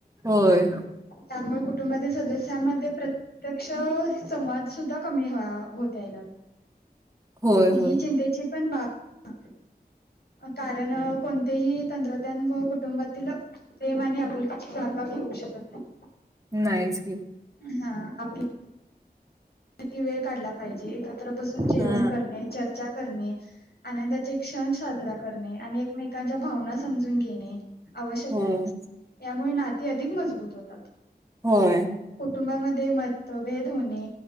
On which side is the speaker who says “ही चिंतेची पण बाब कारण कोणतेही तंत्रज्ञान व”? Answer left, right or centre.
Left